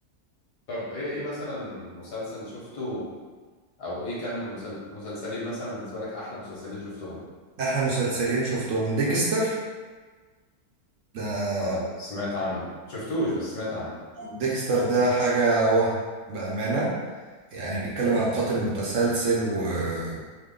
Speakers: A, on the left (about 85°); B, on the right (about 60°).
A: طب ايه ايه مثلا مسلسل شفته او ايه كام مسل- مسلسلين مثلا بالنسبة لك احلى مسلسلين شفتهم
B: احلى مسلسلين شفتهم ديكستر ده
A: اه سمعت عنه شفتوش بس سمعت عنه
B: ديكستر ده حاجه وهم بامانه يعني بيتكلم عن قاتل متسلسل وانه